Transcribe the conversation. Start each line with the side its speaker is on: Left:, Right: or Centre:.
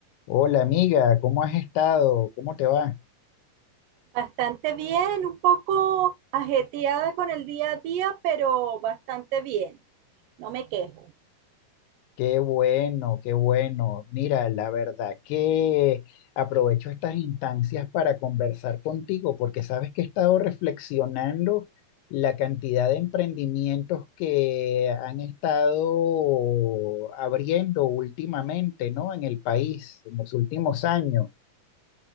Left: Hola amiga, ¿cómo has estado? ¿Cómo te va?
Right: Bastante bien, un poco ajetreada con el día a día, pero bastante bien. No me quejo.
Left: Qué bueno, qué bueno. Mira, la verdad que aprovecho estas instancias para conversar contigo porque sabes que he estado reflexionando la cantidad de emprendimientos que han estado abriendo últimamente, ¿no? En el país, en los últimos años.